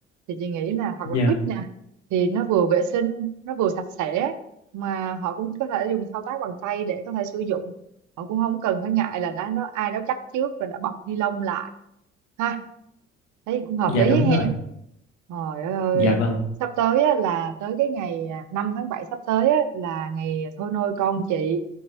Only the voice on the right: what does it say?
thì chị nghĩ là hoặc
là quýt nè thì nó vừa vệ sinh nó vừa sạch sẽ mà họ cũng có thể dùng thao tác bằng tay để có thể sử dụng họ cũng không cần phải ngại là đã nó ai đó cắt trước rồi đã bọc ni lông lại ha thấy cũng hợp
lý
ấy hen
Trời ơi, ơi,
sắp tới á, là tới cái ngày à, 5 tháng 7 sắp tới á, là ngày thôi nôi con chị